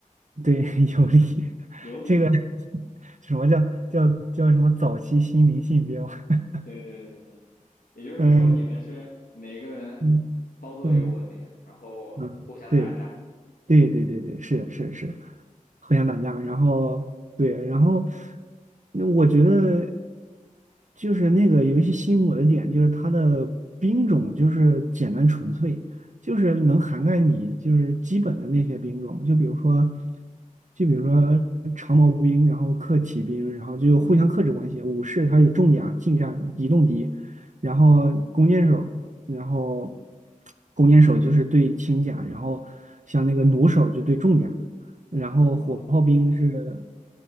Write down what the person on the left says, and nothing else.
有理，
对对对对对，也就是说你们是每个人操作一个文明，
然后互相打架
啊，